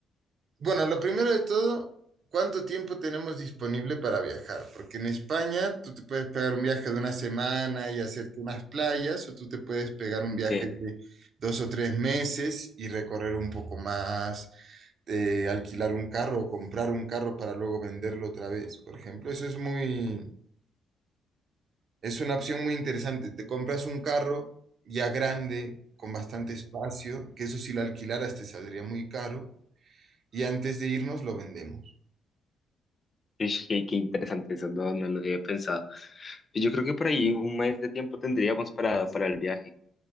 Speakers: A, on the right; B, on the left.
A: Bueno, lo primero de todo, ¿cuánto tiempo tenemos disponible para viajar? Porque en España tú te puedes pegar un viaje de una semana y hacerte unas playas, o tú te puedes pegar un viaje
B: Te-
A: de dos o tres meses y recorrer un poco más, eh, alquilar un carro o comprar un carro para luego venderlo otra vez, por ejemplo. Eso es muy, es una opción muy interesante. Te compras un carro ya grande, con bastante espacio, que eso si lo alquilaras te saldría muy caro, y antes de irnos lo vendemos.
B: Ish, <laughs> Qué, qué interesante eso, no, no lo había pensado. Y Yo creo que por ahí un mes de tiempo tendríamos para, para el viaje.